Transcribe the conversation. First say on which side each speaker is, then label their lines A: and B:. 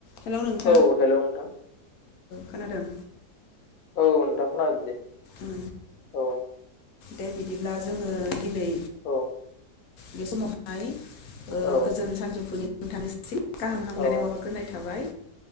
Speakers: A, on the left; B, on the left.
A: Hello नोंथां
B: औ hello नोंथां।
A: खोनादों?
B: औ नोंथां खोनादो दे।
A: उम
B: औ
A: दे बिदिब्ला जोङो दिनै
B: औ
A: बे समावहाय
B: औ
A: गोजोन सानजौफुनि नोंथांनिसिम गाहाम हामग्लायनाय
B: औ
A: बावहरग्रोनाय थाबाय।